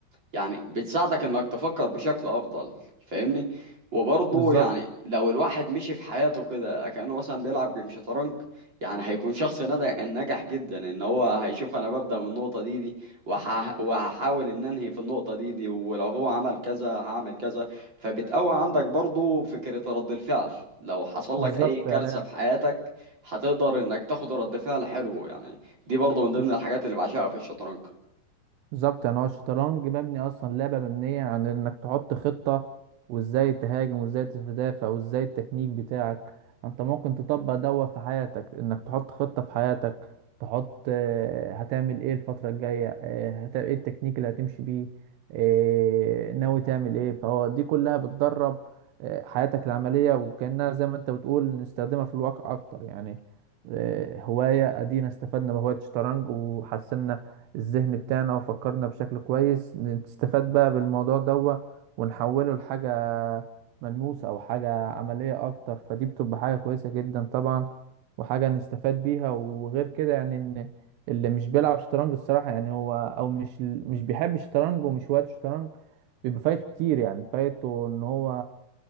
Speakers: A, on the right; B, on the right.
A: يعني بتساعدك انك تفكر بشكل افضل فاهمني وبرضه
B: بالظبط
A: يعني لو الواحد مشي في حياته كده كأنه مثلا بيلعب جيم شطرنج يعني هيكون شخص ند- ناجح جدا ان هو هيشوف انا ببدأ من النقطة دي دي وهح- وهحاول ان انهي في النقطة دي دي ولو هو عمل كذا هعمل كذا فبتقوي عندك برضه فكرة رد الفعل لو حصل
B: بالظبط
A: لك اي
B: يعني
A: كارثة في حياتك هتقدر انك تاخد رد فعل حلو يعني دي برضه من ضمن
B: الش-
A: الحاجات اللي بعشقها في الشطرنج
B: بالظبط يعني هو الشطرنج مبني اصلا لعبه مبنيه عن انك تحط خطه وازاي تهاجم وازاي تدافع وازاي التكنيك بتاعك انت ممكن تطبق دوت في حياتك انك تحط خطه في حياتك تحط آه، هتعمل ايه الفتره الجايه آه، هت- ايه التكنيك اللي هتمشي بيه آه، ناوي تعمل ايه فهو دي كلها بتدرب آه، حياتك العمليه وكانها زي ما انت بتقول نستخدمها في الواقع اكتر يعني آه، هوايه ادينا استفدنا بهوايه الشطرنج وحسنا الذهن بتاعنا وفكرنا بشكل كويس نستفاد بقى بالموضوع ده ونحوله لحاجة ملموسة أو حاجة عملية أكتر فدي بتبقى حاجة كويسة جدا طبعا وحاجة نستفاد بيها وغير كده يعني إن اللي مش بيلعب شطرنج الصراحة يعني هو أو مش مش بيحب الشطرنج ومش وقت شطرنج بيبقى فايته كتير يعني فايته إن هو